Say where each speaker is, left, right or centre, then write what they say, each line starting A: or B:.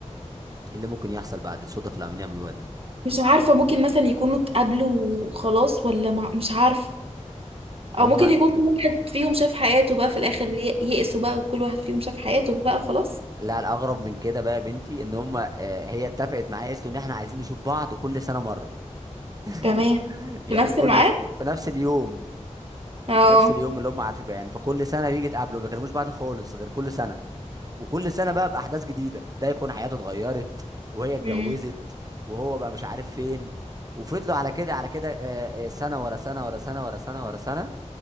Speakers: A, on the right; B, on the right.
A: إيه اللي ممكن يحصل بعد الصدف اللي عم يعملوها دي
B: مش عارفة ممكن مثلا يكونوا اتقابلوا وخلاص ولا مع... مش عارفة او
A: هم
B: ممكن يكون كل واحد فيهم شاف حياته بقى في الاخر ي- يئسوا بقى وكل واحد فيهم شاف حياته بقى وخلاص
A: لا الاغرب من كده بقى يا بنتي ان هم آه، هي اتفقت معايا قالت له ان احنا عايزين نشوف بعض كل سنه مره <laughs>
B: تمام
A: يعني
B: في نفس
A: كل
B: الميعاد
A: س... في نفس اليوم
B: اه
A: في نفس اليوم اللي هم عارفين بقى يعني فكل سنه بيجي يتقابلوا ما بيكلموش بعض خالص غير كل سنه وكل سنه بقى باحداث جديده ده يكون حياته اتغيرت وهي اتجوزت
B: امم
A: وهو بقى مش عارف فين وفضلوا على كده على كده آه، آه، سنه ورا سنه ورا سنه ورا سنه ورا سنه